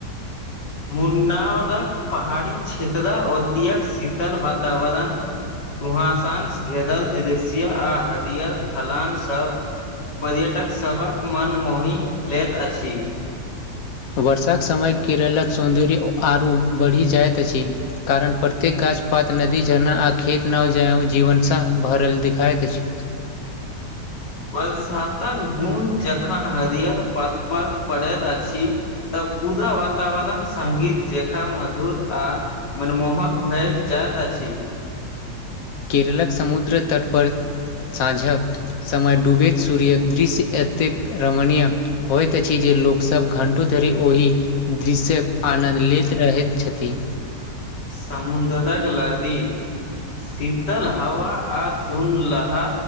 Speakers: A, on the left; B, on the left.
A: मुन्नादक पहाड़ी क्षेत्र ओतयक शीतल वातावरण कुहासं घेरल दृश्य आ हरियर थलान स पर्यटक सभक मन मोहि लैत अछि
B: वर्षक समय केरलक सौन्दर्य आरू बढ़ि जाइत अछि कारण प्रत्येक गाछ पात नदी झरना आ खेत नव जव जीवनसँ भरल देखाइत अछि
A: बरसातक बुंद जखन हरियर पात पर पड़ैत अछि तऽ पूरा वातावरण संगीत जेखा मधुर आ मनमोहक भेएल जाइत अछि
B: केरलक समुद्र तटपर साँझक समय डूबैत सूर्यक दृश्य एतेक रमणीय होइत अछि जे लोकसभ घण्टो धरि ओहि दृश्यक आनन्द लेत रहैत छथि
A: समुन्द्रताे ली <inaudible> <unintelligible> शीतल हवा आ सुनलहा